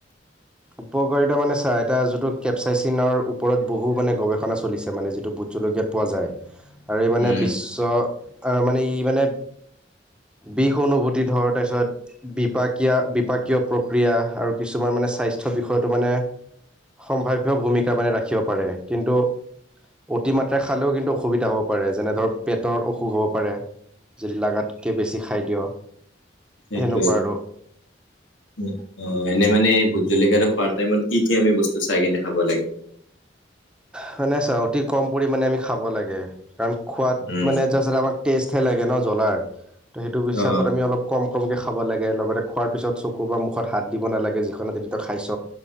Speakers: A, in the centre; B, on the left.
A: উপকাৰিতা মানে চা এটা যিটো কেপচাইচিনৰ ওপৰত বহু মানে গৱেষণা চলিছে মানে যিটো ভোট জলকীয়া পোৱা যায় আৰু ই মানে
B: উম
A: বিশ্ব আ মানে ই মানে বিষ অনুভূতি ধৰ তাৰপিছত বিপাকীয়া বিপাকীয় প্ৰক্ৰিয়া আৰু কিছুমান মানে স্বাস্থ্য বিষয়টো মানে সম্ভাৱ্য ভূমিকা মানে ৰাখিব পাৰে কিন্তু অতিমাত্ৰা খালেও কিন্তু অসুবিধা হ'ব পাৰে যেনে ধৰ পেটৰ অসুখ হ'ব পাৰে যদি লাগাতকে বেছি খাই দিয়
B: সেইটোৱেই
A: সেনেকুৱা আৰু
B: উ উ এনে মানে ভুট জলকীয়াটো খোৱাৰ টাইমত কি কি আমি বস্তু চাই কিনে খাব লাগে
A: হয় নে চা অতি কম পৰিমাণে আমি খাব লাগে কাৰণ খোৱাত
B: উম
A: মানে জাষ্ট আমাক টেষ্টহে লাগে ন জ্বলাৰ ত সেইটো হিচাপ
B: অ
A: আমি অলপ কম কমকে খাব লাগে লগতে খোৱাৰ পিছত চকু বা মুখত হাত দিব নালাগে যিখন হাতেদি তই খাইছ